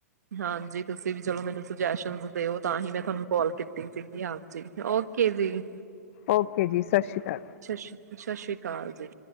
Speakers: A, on the right (about 75°); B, on the left (about 55°).
A: ਹਾਂਜੀ ਤੁਸੀਂ ਵੀ ਚਲੋ ਮੈਨੂੰ ਸੁਜੈਸ਼ਨ ਦਿਓ ਤਾਂ ਹੀ ਮੈਂ ਤੁਹਾਨੂੰ ਕਾਲ ਕੀਤੀ ਸੀਗੀ ਹਾਂ। ਓਕੇ ਜੀ,
B: ਓਕੇ ਜੀ ਸਤਿ ਸ਼੍ਰੀ ਅਕਾਲ,
A: ਸਤਿ ਸ਼੍ਰੀ ਸਤਿ ਸ੍ਰੀ ਅਕਾਲ ਜੀ,